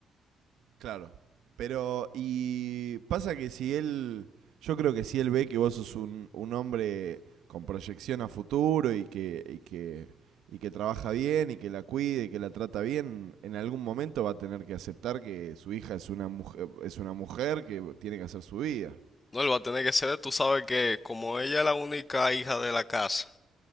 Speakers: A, on the right (about 80°); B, on the left (about 25°).
A: Claro. Pero, y pasa que si él, yo creo que si él ve que vos sos un, un hombre con proyección a futuro y que, y que, y que trabaja bien y que la cuide y que la trata bien, en algún momento va a tener que aceptar que su hija es una mujer, es una mujer que tiene que hacer su vida.
B: No, él va a tener que ser, tú sabes que como ella es la única hija de la casa,